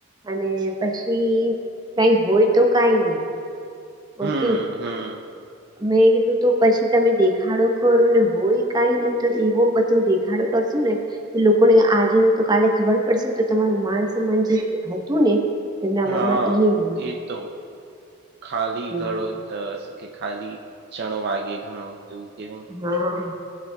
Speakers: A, on the right (about 20°); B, on the right (about 50°).
A: અને પછી કઈ હોય તો કઈ નહી ઓકી
B: હમ હમ
A: મેં કીધું તો પછી તમે દેખાડો કરો ને હોય કઈ નહી તો એવો બધો દેખાડો કરશું ને લોકોને આજેની તો કાલે ખબર પડશે ને તો તમારું માન સમાન જે હતું ને એમના
B: હા
A: મનમાં ઈ નહી
B: એ તો ખાલી ઘડો
A: હમ
B: શું કે ખાલી ચણો વાગે ઘણો એવું કેવાય
A: હા